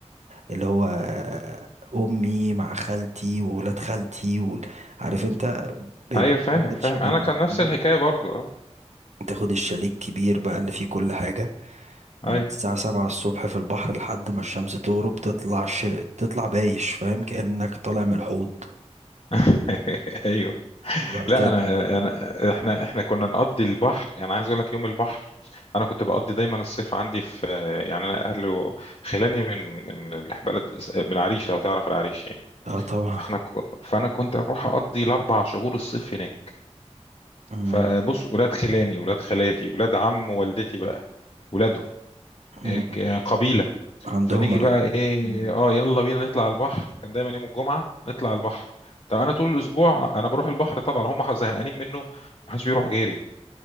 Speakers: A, on the right (about 80°); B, on the left (about 50°).
A: اللي هو أمي مع خالتي وولاد خالتي وال- عارف أنت بيبقى
B: ايوه فاهم
A: بناخد
B: فاهم
A: شاليه
B: انا
A: بقى
B: كان
A: كبير
B: نفس الحكاية برضو اه
A: تاخد الشاليه الكبير بقى اللي فيه كل حاجة ومن
B: اي
A: الساعة سبعة الصبح في البحر لحد ما الشمس تغرب تطلع ش... تطلع بايش فاهم كأنك طالع من الحوض
B: <laughs> ايوه
A: وبعد
B: لا
A: كده
B: انا انا احنا احنا كنا نقضي البحر يعني عايز اقول لك يوم البحر انا كنت بقضي دايما الصيف عندي في يعني انا اهله خلاني من من الح- بلد من العريش لو تعرف العريش يعني
A: اه طبعا
B: فاحنا ك- فانا كنت اروح اقضي الاربع شهور الصيف هناك
A: مم.
B: فبص ولاد خلاني ولاد خالاتي ولاد عم والدتي بقى ولادهم
A: مم.
B: إيه، ك- آه، قبيله
A: عندهم
B: فنيجي
A: ال
B: بقى ايه
A: مم.
B: اه يلا بينا نطلع على البحر كان دايما يوم الجمعه نطلع على البحر طب انا طول الاسبوع انا بروح البحر طبعا هم زهقانين منه محدش بيروح غيري